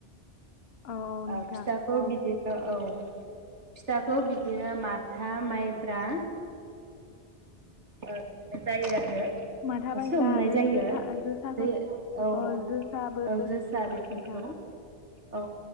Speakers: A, on the left; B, on the right.
A: औ औ नोंथां
B: ओ फिथाखौ बिदि ओ औ फिथाखौ बिदिनो माथा माइ ब्रा ओ जायो आरो।
A: माथा मायब्रा
B: सोमनाय
A: आरो
B: जायो
A: जोथा जोसाफोर
B: दै औ
A: अ जोसाबो
B: औ जोसा
A: नोंथां।
B: बेफोरखौ औ